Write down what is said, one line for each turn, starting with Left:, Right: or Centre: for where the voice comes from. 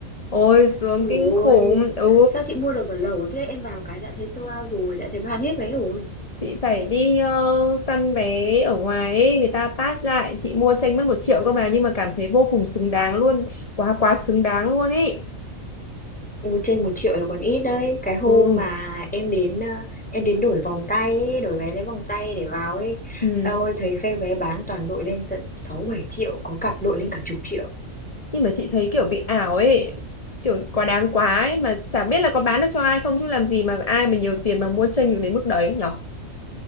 Left: Ôi sướng
Centre: ui rồi
Left: kinh khủng Ừ
Centre: sao chị mua được ở lẩu thế em vào cái đã thấy sold out rồi đã thấy bán hết vé rồi
Left: Chị phải đi ờ, săn vé ở ngoài ấy, người ta pass lại, chị mua tranh mất một triệu cơ mà nhưng mà cảm thấy vô cùng xứng đáng luôn, quá quá xứng đáng luôn ấy.
Centre: Ồ, trên một triệu là còn ít đấy cái hôm
Left: Ừ,
Centre: mà em đến ờ, em đến đổi vòng tay ấy, đổi vé lấy vòng tay để vào ấy
Left: ừ.
Centre: ôi thấy phe vé bán toàn đội lên tận sáu bảy triệu có cặp đội lên cả chục triệu
Left: Nhưng mà chị thấy kiểu bị ảo ấy, kiểu quá đáng quá ấy mà chả biết là có bán được cho ai không chứ làm gì mà ai mà nhiều tiền mà mua tranh được đến mức đấy nhỉ?